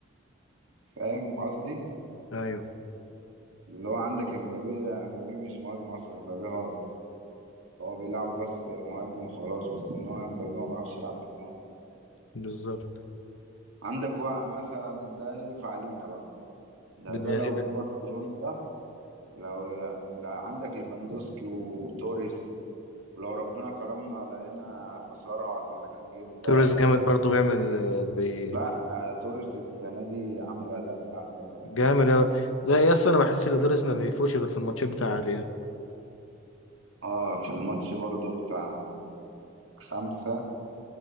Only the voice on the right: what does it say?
فاهم قصدي
اللي هو عندك امبابي لا، امبابي مش مهاجم اصلا امبابي هاف هو بيلعبه بس مهاجم وخلاص بس ان هو امبابي ما بيعرفش يلعب بدماغه
عندك وقع مثلا ده ينفع لينا بقى ده
ده لو
جه برشلونه ده لو لا عندك ليفاندوسكي وتوريس ولو ربنا كرمنا لقينا اثارها ولا حاجه نجيب
آه،
ازاي
لا آه توريس السنه دي عامل اداء آه، حلو يعني
اه في الماتش برضو بتاع خمسة